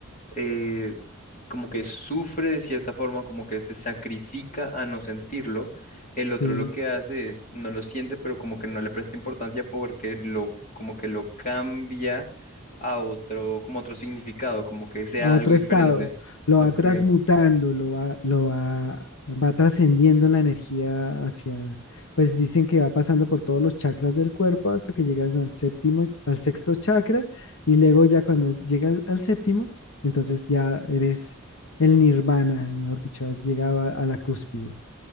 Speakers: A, on the left; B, on the left.
A: eh, como que sufre de cierta forma, como que se sacrifica a no sentirlo. El
B: Sí.
A: otro lo que hace es, no lo siente, pero como que no le presta importancia porque lo, como que lo cambia a otro, como otro significado, como que sea
B: a otro
A: algo diferente.
B: estado, lo
A: Ok,
B: va transmutando, lo va, lo va, va trascendiendo la energía hacia, pues dicen que va pasando por todos los chakras del cuerpo hasta que llegas al séptimo, al sexto chakra, y luego ya cuando llegas al séptimo, entonces ya eres el nirvana, mejor dicho, has llegado a, a la cúspide.